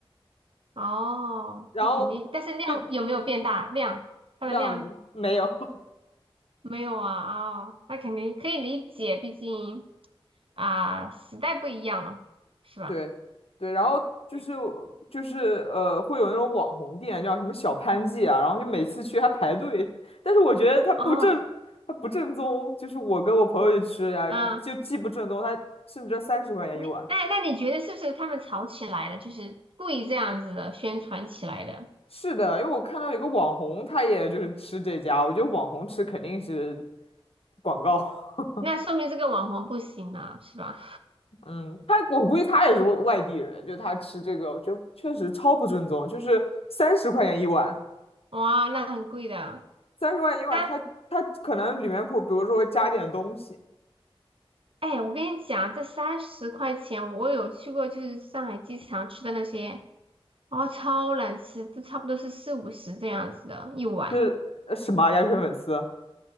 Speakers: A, on the right; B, on the left.
A: 哦，
B: 然后
A: 那肯定，但是量有没有变大？
B: 就
A: 量，它的量
B: 量没有，<laughs>
A: 没有啊，哦，那肯定可以理解，毕竟啊，时代不一样了，是吧？
B: 对对，然后就是
A: 对
B: 就是呃，会有那种网红店，叫什么小潘记啊，然后就每次去还排队，<laughs> 但是我觉得它不正，
A: 哦，
B: 它不正宗，就是我跟我朋友去吃呀，
A: 啊，
B: 就既不正宗，它甚至要三十块钱一碗。
A: 你那那你觉得是不是他们吵起来了，就是故意这样子的宣传起来的？
B: 是的，因为我看到有个网红，他也就是吃这家，我觉得网红吃肯定是广告。<laughs>
A: 那说明这个网红不行了，是吧？
B: 嗯，他我估计他也是外外地人，就他吃这个，我觉得确实超不正宗，就是三十块钱一碗。
A: 哇，那很贵的，
B: 三十万一碗，
A: 三，
B: 它它可能里面谱，比如说会加点东西，
A: 哎，我跟你讲，这三十块钱，我有去过，就是上海机场吃的那些。哦，超难吃，这差不多是四五十这样子的一碗
B: 是呃什么啊鸭血粉丝